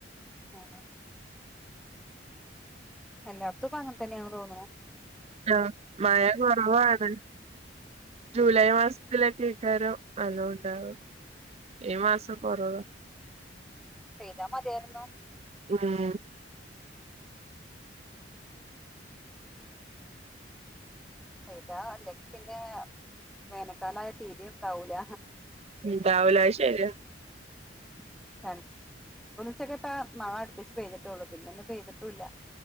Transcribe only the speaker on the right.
ആ മഴ കുറവാണ് ജൂലൈ മാസം ത്തിലക്കെ കക്കാരുംനല്ലോ ണ്ടാവ ഈ മാസം കൊറവ
ഉം
ഇണ്ടാവൂല അത്‌ ശെരിയാ